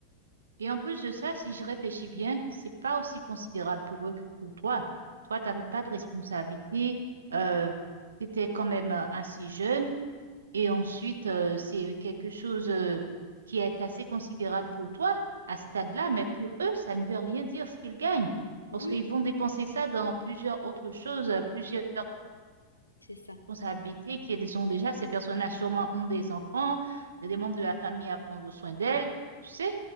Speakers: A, on the right; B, on the left.
A: Et en plus de ça, si je réfléchis bien, c'est pas aussi considérable pour eux que pour toi. Toi, tu n'avais pas de responsabilité, euh, tu étais quand même euh, assez jeune. Et ensuite, euh, c'est quelque chose euh, qui est assez considérable pour toi à ce stade-là, mais pour eux, ça ne veut rien dire ce qu'ils gagnent.
B: Oui,
A: Parce qu'ils vont dépenser ça dans plusieurs autres choses, euh, plusieurs
B: c'est ça.
A: responsabilités qu'ils ont déjà. Ces personnes-là sûrement ont des enfants, des membres de la famille à prendre soin d'elles. Tu sais?